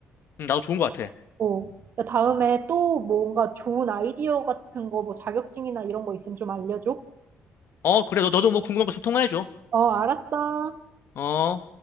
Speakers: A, on the left; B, on the right.
A: 음, 나도 좋은 것 같아.
B: 어. 야, 다음에 또 뭔가 좋은 아이디어 같은 거, 뭐 자격증이나 이런 거 있으면 좀 알려줘.
A: 어, 그래. 너, 너도 뭐 궁금한 거 좀 통화해줘.
B: 어, 알았어.
A: 어.